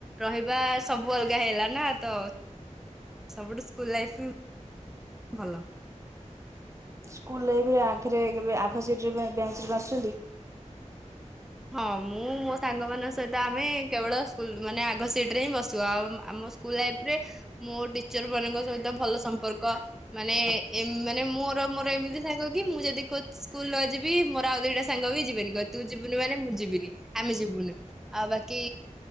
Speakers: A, in the centre; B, on the right.
A: ରହିବା ସବୁ ଅଲଗା ହେଇଲା ନା ତ ସବୁଠୁ ସ୍କୁଲ ଲାଇଫ୍ ହିଁ ଭଲ।
B: ସ୍କୁଲ ବିରେ ଆ ପାଖରେ କେବେ ଆଗ ସିଟ ରେ ବ ବା ସେଠି ବସିଛନ୍ତି?
A: ହଁ ମୁଁ ମୋ ସାଙ୍ଗ ମାନଙ୍କ ସହିତ ଆମେ କେବଳ ସ୍କୁଲ୍ ମାନେ ଆଗ ସିଟ ରେ ହିଁ ବସୁ ଆଉ ଆମ ସ୍କୁଲ ଲାଇଫରେ ମୋ ଟିଚର ମାନଙ୍କ ସହିତ ଭଲ ସମ୍ପର୍କ ମାନେ ମାନେ ମୋର ମୋର ଏମିତି ସାଙ୍ଗ କି ମୁଁ ଯଦି ସ୍କୁଲ ନ ଯିବି ମୋର ଆଉ ଦିଟା ସାଙ୍ଗ ବି ଯିବେନି କହିବେ ତୁ ଯିବୁ ମାନେ ମୁଁ ଯିବିନି ଆମେ ଯିବୁନି ଆଉ ବାକି